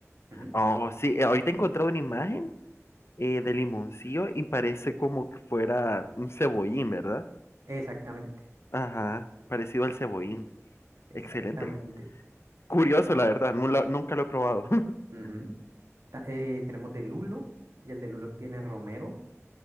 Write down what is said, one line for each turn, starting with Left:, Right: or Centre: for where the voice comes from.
Right: Ujú.
Left: oh, sí, eh, ahorita he encontrado una imagen eh, de limoncillo y parece como que fuera un cebollín, ¿verdad?
Right: Exactamente,
Left: Ajá, parecido al cebollín.
Right: exactamente.
Left: Excelente. Curioso, la verdad, no lo- nunca lo he probado. <laughs>
Right: ujú. Ta- eh, tenemos de lulo y el de lulo tiene romero.